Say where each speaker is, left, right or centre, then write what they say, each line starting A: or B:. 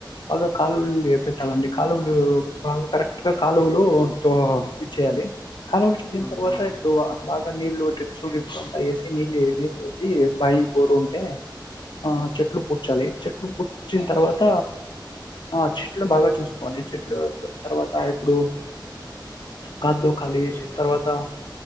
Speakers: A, on the left; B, on the left.
A: బాగా కాలువలు పెట్టాలండి కాలువలు బా కరెక్ట్గా కాలువలు తో ఇచ్చేయాలి కాలువలు చేసిన
B: హ్మ్.
A: తర్వాత
B: హ్మ్.
A: ఇప్పుడు బాగా నీళ్ళు ట్రిప్స్ గిప్స్ అంతా వేసి నీళ్ళ నీళ్ళుకొద్దీ బాయి బోరు ఉంటే ఆ చెట్లు పుచాలి చెట్లు పుచ్చిన తర్వాత ఆ చెట్లు బాగా చూసుకోవాలి చెట్లు తర్వాత ఇప్పుడు కాద్దో కాలి
B: చెట్లు
A: తర్వాత